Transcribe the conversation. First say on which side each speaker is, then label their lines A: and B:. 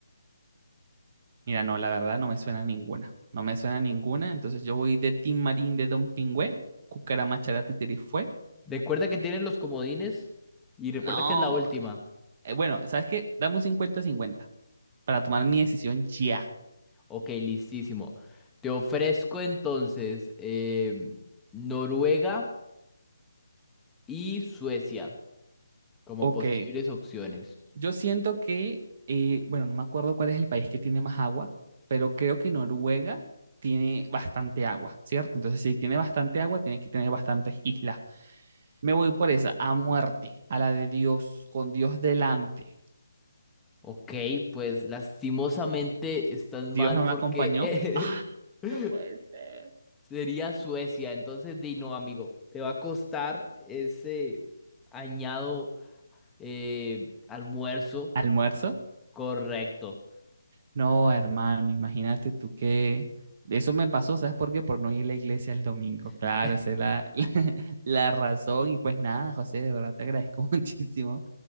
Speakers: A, on the right; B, in the centre.
A: Mira, no, la verdad no me suena ninguna. No me suena ninguna. Entonces yo voy de Tim Marín de Don Pingüe. Cucarama Charate fue.
B: Recuerda que tienen los comodines y recuerda
A: No.
B: que es la última.
A: Eh, bueno, ¿sabes qué? Dame un 50 cincuenta para
B: Mira,
A: tomar mi decisión ya.
B: ok, listísimo. Te ofrezco entonces em, Noruega y Suecia como
A: Ok,
B: posibles opciones.
A: Yo siento que, eh, bueno, no me acuerdo cuál es el país que tiene más agua, pero creo que Noruega tiene bastante agua, ¿cierto? Entonces, si tiene bastante agua, tiene que tener bastantes islas. Me voy por esa, a muerte, a la de Dios, con Dios delante.
B: Ok, pues lastimosamente estás
A: Dios
B: mal
A: no
B: porque...
A: me acompañó.
B: <laughs>
A: Ah,
B: <laughs>
A: no puede ser.
B: Sería Suecia, entonces di no, amigo, te va a costar ese añado eh, almuerzo
A: Almuerzo.
B: correcto.
A: No, hermano, imagínate tú que eso me pasó, ¿sabes por qué? Por no ir a la iglesia el domingo. Claro,
B: <laughs>
A: esa es la, <laughs> la razón. Y pues nada, José, de verdad te agradezco <laughs> muchísimo